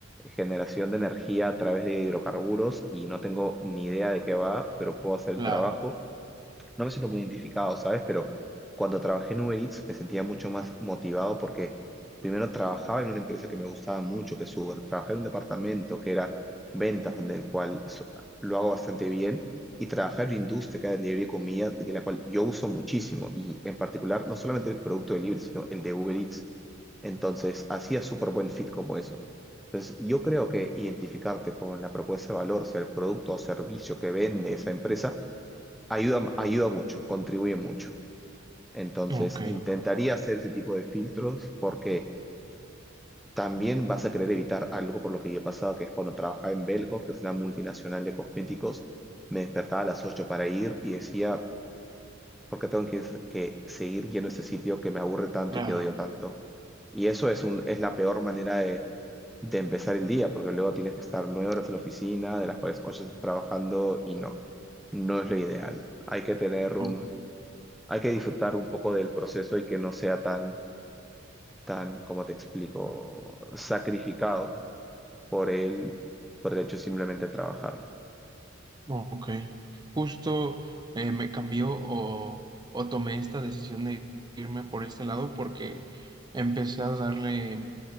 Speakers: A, in the centre; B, on the right (about 20°).
A: generación de energía a través de hidrocarburos y no tengo ni idea de qué va, pero puedo hacer el
B: claro,
A: trabajo no me siento muy identificado, ¿sabes? Pero cuando trabajé en Uber Eats me sentía mucho más motivado porque primero trabajaba en una empresa que me gustaba mucho, que es Uber. Trabajé en un departamento que era ventas, donde el cual so- lo hago bastante bien. Y trabajar en la industria que era delivery de comida, de la cual yo uso muchísimo. Y en particular, no solamente el producto de delivery, sino el de Uber Eats. Entonces, hacía súper buen fit como eso. Entonces, yo creo que identificarte con la propuesta de valor, sea el producto o servicio que vende esa empresa, Ayuda, ayuda mucho, contribuye mucho. Entonces,
B: ok,
A: intentaría hacer ese tipo de filtros porque también vas a querer evitar algo por lo que yo he pasado, que es cuando trabajaba en Belcorp, que es una multinacional de cosméticos, me despertaba a las 8 para ir y decía, ¿por qué tengo que, que seguir yendo a este sitio que me aburre tanto
B: claro.
A: y que odio tanto? Y eso es, un, es la peor manera de, de empezar el día, porque luego tienes que estar nueve horas en la oficina, de las cuales ocho estás trabajando y no, no es lo ideal. Hay que tener
B: Ok.
A: un, hay que disfrutar un poco del proceso y que no sea tan, tan, como te explico, sacrificado por el, por el hecho simplemente de trabajar.
B: Ok. Justo eh, me cambió o, o tomé esta decisión de irme por este lado porque empecé a darle